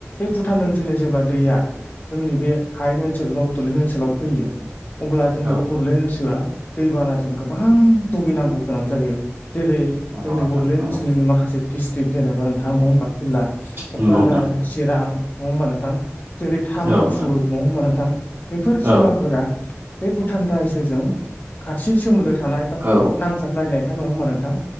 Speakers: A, on the left (about 40°); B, on the right (about 55°).
A: बे भुटान ओनसोलनि जेब्ला दैया जोंनि बे हायेन ओनसोल बा बड'लेण्ड ओनसोलाव फैयो अब्ला जोंनि
B: औ
A: बे बड'लेण्ड ओनसोला दैबानाजों गोबां भुगिनांगौ गोनां जायो। जेरै जोंनि
B: नंगौ नोंथां
A: बड'लेण्ड
B: नंगौ
A: ओनसोलनिनो माखासे थिग जेनेबा नोंथां अबबा जिल्ला क'क्राझार
B: नंगौ नोंथां
A: चिरां नङा होमबा नोंथां जेरै तामुलपुर
B: औ नोंथां
A: नङा होमबा नोंथां बेफोर जिल्लाफोरा
B: औ
A: बे भुटान रायजोजों खाथि सोमोन्दो थानाय बा
B: औ
A: नांजाबलायनाय खाय नङा होमबा नोंथां